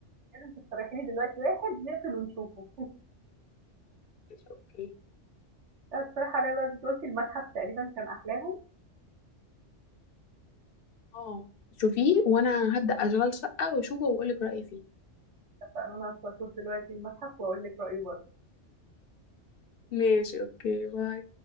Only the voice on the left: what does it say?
اوكي
اه شوفيه وانا هبدأ اشغال شقة واشوفه واقولك رأيي فيه
ماشي اوكي باي